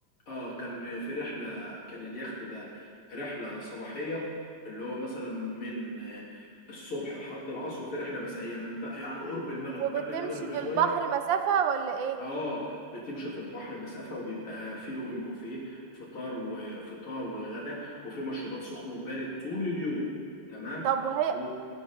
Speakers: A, on the left; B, on the right.
A: اه كان في رحله كان اليخت ده رحله صباحيه اللي هو مثلا من آه، الصبح لحد العصر وفي رحله مسائيه من بقى يعني قرب المغرب
B: وبتمشي
A: قبل المغرب بشويه
B: في البحر مسافه ولا ايه
A: اه بتمشي في البحر مسافة وبيبقى في اوبن بوفيه فطار وفطار وغدا وفي مشروبات سخن وبارد طول اليوم تمام
B: طب وهي
A: و...